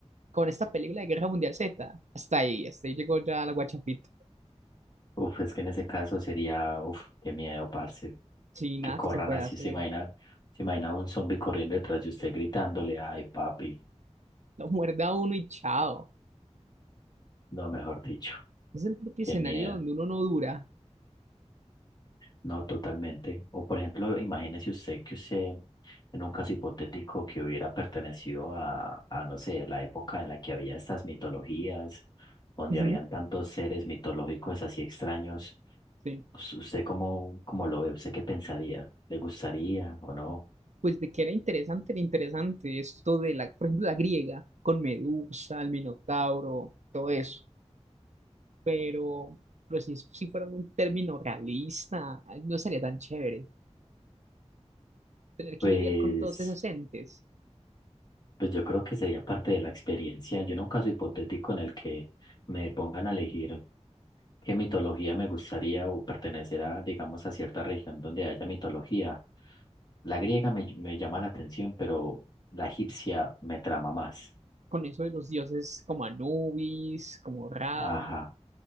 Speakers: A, on the right; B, on the left.
A: con esta película de Guerra Mundial Z, hasta ahí, hasta ahí llegó ya la guachafita.
B: Uf, es que en ese caso sería, uf, qué miedo, parce,
A: Sí, nada
B: que corran
A: que se pueda
B: así,
A: hacer.
B: se imagina, se imagina un zombie corriendo detrás de usted gritándole, ay, papi,
A: Lo muerde a uno y chao.
B: no, mejor dicho,
A: Es el propio
B: qué
A: escenario
B: miedo,
A: donde uno no dura.
B: no, totalmente. O por ejemplo, imagínese usted que usted, en un caso hipotético que hubiera pertenecido a, a, no sé, la época en la que había estas mitologías, donde
A: Ujú,
B: habían tantos seres mitológicos así extraños,
A: sí.
B: ¿us- ¿usted cómo, cómo lo ve? ¿Usted qué pensaría? ¿Le gustaría o no?
A: Pues de que era interesante, era interesante esto de la, por ejemplo, la griega, con Medusa, el Minotauro, todo eso. Pero, pero si, si fuera un término realista, no sería tan chévere tener que
B: Pues
A: lidiar con todos esos entes,
B: Pues yo creo que sería parte de la experiencia. Yo en un caso hipotético en el que me pongan a elegir qué mitología me gustaría o pertenecerá, digamos, a cierta región donde haya mitología. La griega me, me llama la atención, pero la egipcia me trama más.
A: con eso de los dioses como Anubis, como Ra.
B: Ajá,